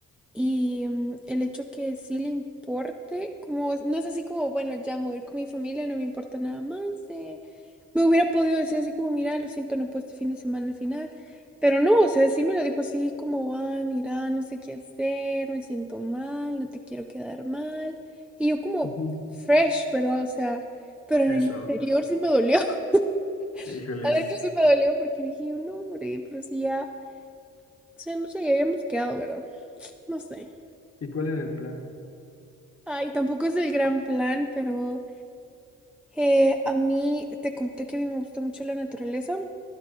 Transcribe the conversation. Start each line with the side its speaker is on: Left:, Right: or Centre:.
Centre: y mm, el hecho que sí le importe, como no es así como, bueno, ya me voy a ir con mi familia, no me importa nada más, eh, Me hubiera podido decir así como: "Mira, lo siento, no puedo este fin de semana al final", pero no, o sea, sí me lo dijo así como: "Ay, mira, no sé qué hacer, me siento mal, no te quiero quedar mal", y yo como
Left: Ujú.
Centre: fresh, ¿verdad? O sea, pero en
Left: Eso,
Centre: el interior sí me dolió, <laughs>
Left: híjoles.
Centre: adentro sí me dolió porque dije yo: "No, hombre, pero si ya, o sea, no sé, ya habíamos quedado, ¿verdad?". No sé.
Left: ¿Y cuál era el plan?
Centre: Ay, tampoco es el gran plan, pero, eh, a mí te conté que a mí me gusta mucho la naturaleza,